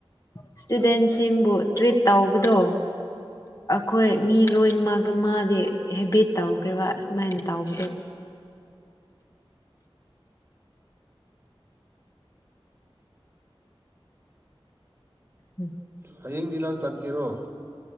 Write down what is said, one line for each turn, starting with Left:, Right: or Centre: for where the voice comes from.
Left: ꯏꯁꯇꯨꯗꯦꯟꯁꯤꯡꯕꯨ ꯇ꯭ꯔꯤꯠ ꯇꯧꯕꯗꯣ ꯑꯈꯣꯏ ꯃꯤ ꯂꯣꯏꯅꯃꯛꯇ ꯃꯥꯗꯤ ꯍꯦꯕꯤꯠ ꯇꯧꯈ꯭ꯔꯦꯕ ꯁꯨꯃꯥꯏꯅ ꯇꯧꯕꯗꯣ ꯎꯝ
Right: ꯍꯌꯦꯡꯗꯤ ꯅꯪ ꯆꯠꯀꯦꯔꯣ